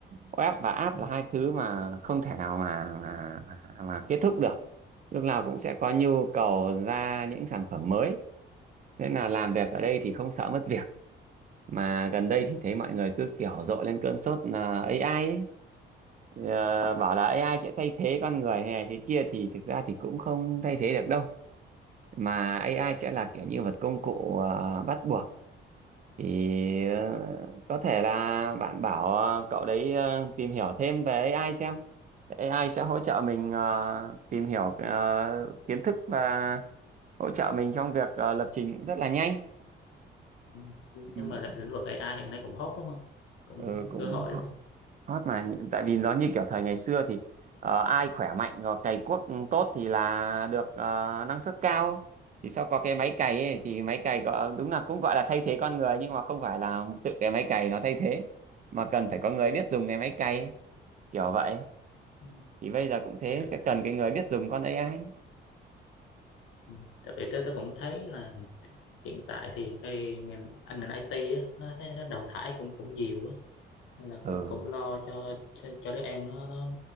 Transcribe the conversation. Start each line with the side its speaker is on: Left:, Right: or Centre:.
Right: Web và app
Left: Ừ,
Right: là hai thứ mà không thể nào mà mà mà, mà kết thúc được. Lúc nào cũng sẽ có nhu cầu ra những sản phẩm mới. Nên là làm việc ở đây thì không sợ mất việc. mà gần đây thì thấy mọi người cứ kiểu rộ lên cơn sốt là AI ấy. Ờ, bảo là AI sẽ thay thế con người hay này thế kia thì thực ra thì cũng không thay thế được đâu mà AI sẽ là kiểu như một công cụ ờ, bắt buộc thì ờ, có thể là bạn bảo ờ, cậu đấy ờ, tìm hiểu thêm về AI xem AI sẽ hỗ trợ mình ờ, tìm hiểu ờ, kiến thức và hỗ trợ mình trong việc ờ, lập trình cũng rất là nhanh
Left: ừ. ừ.
Right: ừ,
Left: nhưng mà lĩnh lĩnh vực AI hiện nay cũng hot đúng không cũng
Right: Ừ, cũng
Left: cơ hội đúng không
Right: hot mà Nhị- tại vì nó như kiểu thời ngày xưa thì ờ, ai khỏe mạnh rồi cày cuốc tốt thì là được ờ, năng suất cao thì sau có cái máy cày ấy, thì máy cày gọi, đúng là cũng gọi là thay thế con người nhưng mà không phải là tự cái máy cày nó thay thế mà cần phải có người biết dùng cái máy cày kiểu vậy
Left: Ừ.
Right: thì bây giờ cũng thế
Left: tại,
Right: sẽ cần cái người biết dùng con AI
Left: ừ. tại vì tôi tôi cũng thấy là hiện tại thì cái ngành anh ngành IT á, nó thấy nó đào thải cũng cũng nhiều á nên là
Right: ừ
Left: cũng cũng lo cho cho, cho đứa em nó, nó